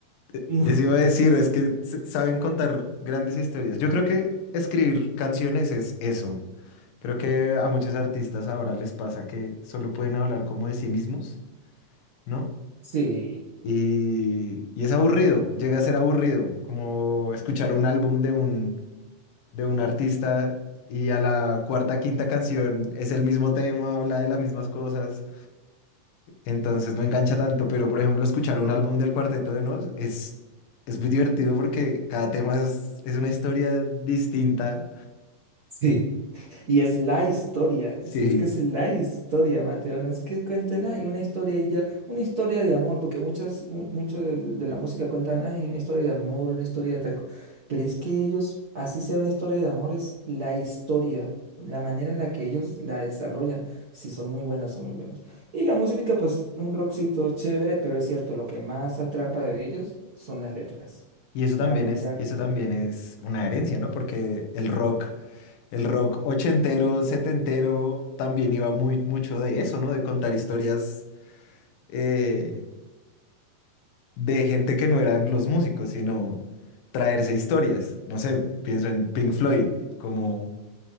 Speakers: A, on the left; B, on the right.
A: E-
B: <laughs>
A: Eso iba a decir, es que s- saben contar grandes historias. Yo creo que escribir canciones es eso. Creo que a muchos artistas ahora les pasa que solo pueden hablar como de sí mismos, ¿no?
B: Sí,
A: Y, y es aburrido, llega a ser aburrido, como escuchar un álbum de un, de un artista y a la cuarta, quinta canción es el mismo tema, habla de las mismas cosas. Entonces no engancha tanto, pero por ejemplo, escuchar un álbum del Cuarteto de Nos es, es muy divertido porque cada tema es, es una historia distinta.
B: sí. Y es la historia,
A: Sí.
B: es que es la historia, Mateo, no es que cuenten, hay una historia y ya, una historia de amor, porque muchas, mu- mucho de, de la música cuentan, hay una historia de amor, una historia de tal, co-". pero es que ellos, así sea una historia de amor, es la historia, la manera en la que ellos la desarrollan, si son muy buenos, son muy buenos. Y la música, pues, un rockcito chévere, pero es cierto, lo que más atrapa de ellos son las letras,
A: Y eso también
B: la manera.
A: es, y eso también es una herencia, ¿no? Porque el rock, el rock ochentero, setentero, también iba muy, mucho de eso, ¿no? De contar historias eh, de gente que no eran los músicos, sino traerse historias. No sé, pienso en Pink Floyd, como